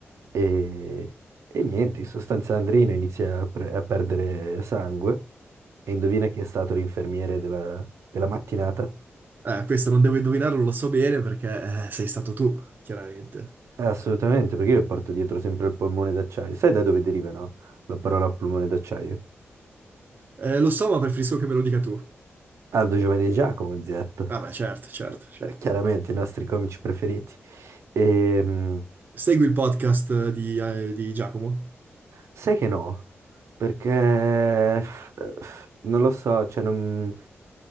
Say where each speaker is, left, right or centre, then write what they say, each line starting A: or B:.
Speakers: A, on the right; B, on the right.
A: E, e niente, in sostanza Andreino inizia a, pre- a perdere sangue e indovina chi è stato l'infermiere della della mattinata?
B: eh, questo non devo indovinarlo, lo so bene perché eh, sei stato tu, chiaramente.
A: Eh, Assolutamente, perché io porto dietro sempre il polmone d'acciaio. Sai da dove deriva, no? La parola polmone d'acciaio?
B: Eh, lo so, ma preferisco che me lo dica tu.
A: Aldo Giovanni e Giacomo Zetto.
B: Vabbè, certo, certo, certo.
A: Eh, Chiaramente i nostri comici preferiti. Ehm,
B: Segui il podcast di, eh, di Giacomo?
A: sai che no? Perché f- f- non lo so, cioè non,